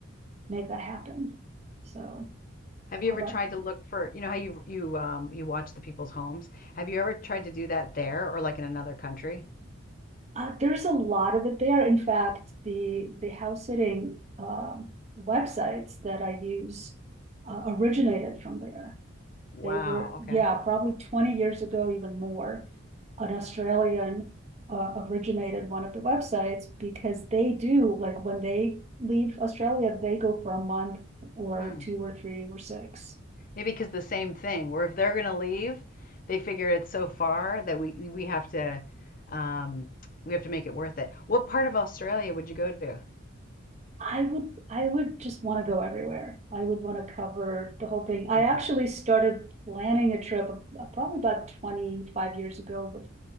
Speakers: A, on the right; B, on the left.
A: make that happen. So,
B: Have you
A: how
B: ever
A: about
B: tried to look for, you know how you you um you watch the people's homes? Have you ever tried to do that there or like in another country?
A: Uh, there's a lot of it there. In fact, the the house sitting um, websites that I use uh, originated from there.
B: Wow,
A: They were, yeah,
B: okay.
A: probably 20 years ago, even more. An Australian uh, originated one of the websites because they do, like when they leave Australia, they go for a month or
B: Hmm.
A: two or three or six.
B: Maybe because the same thing, where if they're gonna leave, they figure it's so far that we we have to um we have to make it worth it. What part of Australia would you go to?
A: I would, I would just wanna go everywhere. I would wanna cover the whole thing. I
B: Yeah.
A: actually started planning a trip uh, probably about twenty-five years ago with